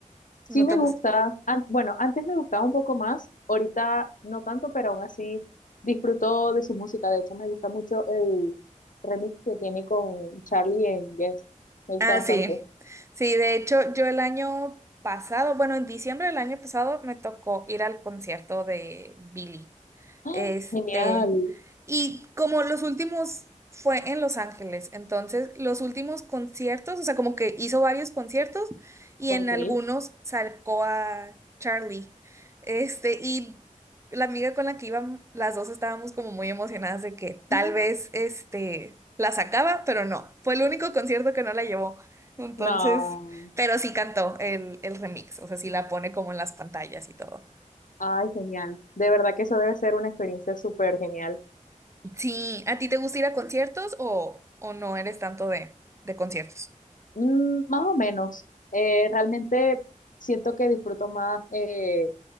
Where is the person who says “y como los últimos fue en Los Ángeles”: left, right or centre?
Right